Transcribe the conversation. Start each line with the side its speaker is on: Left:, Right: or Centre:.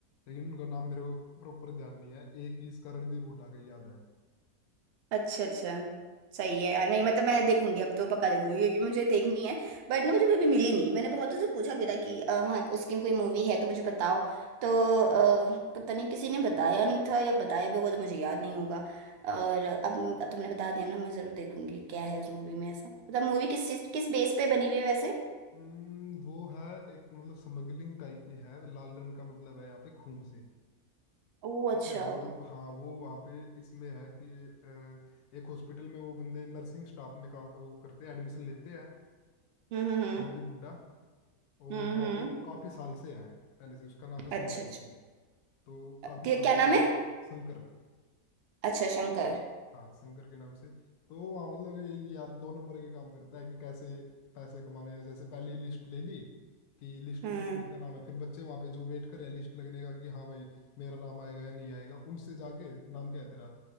Left: लेकिन उनका नाम मेरे को प्रॉपर ध्यान नहीं है एक ही इसका रणदीप हुड्डा का ही याद है
Right: अच्छा अच्छा सही है यार नहीं मतलब मैं देखूंगी अब तो पक्का देखूंगी क्योंकि मुझे देखनी है बट ना मुझे कभी मिली नहीं मैंने बहुतों से पूछा भी था कि अ, वहाँ उसकी कोई मूवी है तो मुझे बताओ तो अ, पता नहीं किसी ने बताया नहीं था या बताया भी होगा तो मुझे याद नहीं होगा और अब अब तुमने बता दिया ना मैं जरूर देखूंगी क्या है उस मूवी में ऐसा मतलब मूवी किस चीज किस बेस पे बनी हुई है वैसे
Left: हम्म, वो है एक मतलब स्मगलिंग टाइप में है लाल रंग का मतलब है यहाँ पे खून से
Right: ओ अच्छा
Left: ठीक है वो
Right: हम्म
Left: हाँ वो वहाँ पे इसमें है कि अ, एक हॉस्पिटल में वो बंदे नर्सिंग स्टाफ में काम वो करते हैं एडमिशन लेते हैं
Right: हम्म हम्म
Left: रणदीप हुड्डा और
Right: हम्म
Left: वहाँ
Right: हम्म।
Left: पे वो काफी साल से है पहले से उसका नाम है शंकर
Right: अच्छा अच्छा
Left: ही वो तो काफी
Right: क्या
Left: साल
Right: क्या
Left: से
Right: नाम
Left: है
Right: है
Left: वहाँ पे शंकर
Right: अच्छा शंकर
Left: हाँ शंकर के नाम से तो वो हाँ मतलब यही यार दो नंबर के काम करता है कि कैसे पैसे कमाने हैं जैसे पहले लिस्ट ले ली कि लिस्ट
Right: हम्म
Left: में किस किस का नाम है फिर बच्चे वहां पे जो वेट कर रहे हैं लिस्ट लगने का कि हाँ भाई मेरा नाम आएगा या नहीं आएगा उनसे जाके नाम क्या है तेरा